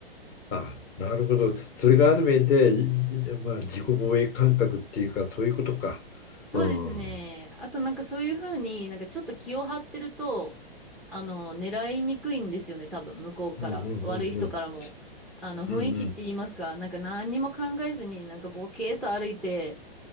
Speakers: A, on the left (about 25°); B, in the centre.
A: あ、なるほど。それがある面で、いいまあ、自己防衛感覚っていうか、そういうことか。
B: そうですね。
A: うん。うん
B: あとなんかそういうふうになんかちょっと気を張ってると、あの、狙いにくいんですよね、多分向こうから。
A: うんうんうん。
B: 悪い人からも。あの、雰囲気って言いますか、
A: うんうんうん。
B: なんか何にも考えずになんかボケーと歩いて、